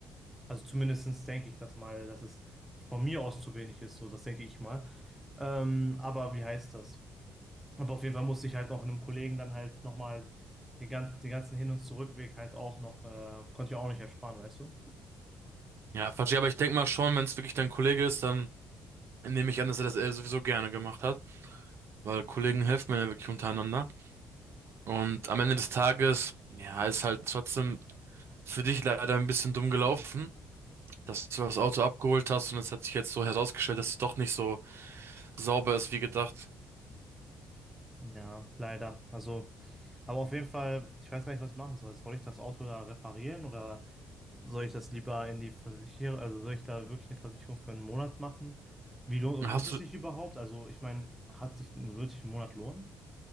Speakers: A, in the centre; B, on the right.
A: also zumindestens denke ich das mal, dass es von mir aus zu wenig ist, so, das denke ich mal. Ähm, aber wie heißt das? Aber auf jeden Fall musste ich halt auch einem Kollegen dann halt nochmal den, gan den ganzen Hin- und Zurückweg halt auch noch, äh, konnte ich auch nicht ersparen, weißt du?
B: Ja, verstehe, aber ich denke mal schon, wenn es wirklich dein Kollege ist, dann. Nehme ich an, dass er das äh, sowieso gerne gemacht hat, weil Kollegen helfen mir ja wirklich untereinander. Und am Ende des Tages, ja, ist halt trotzdem für dich leider ein bisschen dumm gelaufen, dass du das Auto abgeholt hast und es hat sich jetzt so herausgestellt, dass es doch nicht so sauber ist wie gedacht.
A: Ja, leider. Also, aber auf jeden Fall, ich weiß gar nicht, was ich machen soll. Soll ich das Auto da reparieren oder soll ich das lieber in die Versicherung, also soll ich da wirklich eine Versicherung für einen Monat machen? Wie lohnt,
B: Hast
A: lohnt es
B: du,
A: sich überhaupt? Also, ich meine, hat sich, wird sich ein Monat lohnen?